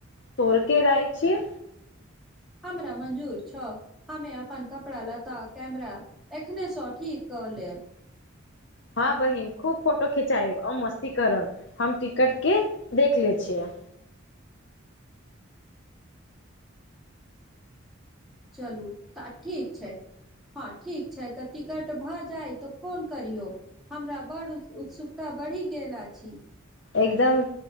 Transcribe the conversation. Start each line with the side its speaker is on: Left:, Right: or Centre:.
Left: तोड़ के राय छियै।
Centre: हमरा मंजूर छौ। हमे अपन कपड़ा लता कैमरा एखने स ठीक क लेब।
Left: हँ बहिन खूब फोटो खिचायब मस्ती करब, हम टिकट के देख लै छियै।
Centre: चलू त ठीक छै। हँ ठीक छै त टिकट भ जाय त फोन करियौ। हमरा बड़ उत्सुकता बढ़ि गेल अछि।
Left: एकदम,